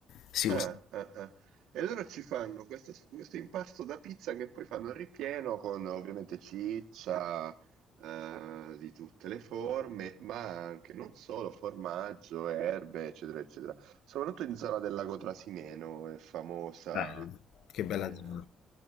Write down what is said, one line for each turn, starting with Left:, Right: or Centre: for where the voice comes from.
Left: Si
Right: Ah,
Left: usa.
Right: ah, ah. E allora ci fanno questa- questo impasto da pizza che poi fanno il ripieno con ovviamente ciccia eh, di tutte le forme, ma anche non solo formaggio, erbe, eccetera, eccetera. Soprattutto in Zala del Lago Trasimeno è famosa.
Left: Bello. Che bella
Right: eh,
Left: zona.